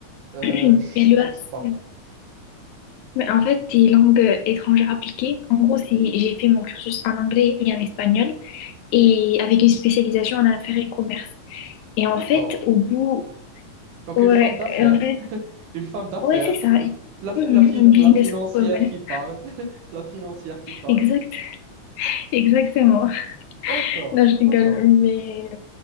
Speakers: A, on the right; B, on the left.
A: Euh,
B: <clears throat>
A: je
B: LEA,
A: pense pas.
B: c'est- mais en fait, c'est langue étrangère appliquée. En gros, c'est j'ai fait mon cursus en anglais et en espagnol et avec une spécialisation en affaires et commerce. Et en
A: D'accord.
B: fait, au bout,
A: Donc
B: ouais,
A: une femme d'affaires,
B: et en fait,
A: <laughs> une femme d'affaires,
B: Ouais, c'est ça.
A: la, fa-
B: Mhm,
A: la, fin-
B: une businesswoman.
A: la financière qui parle, <laughs> la financière qui parle.
B: Exact, <laughs> exactement.
A: D'accord,
B: Non, je rigole,
A: d'accord.
B: mais,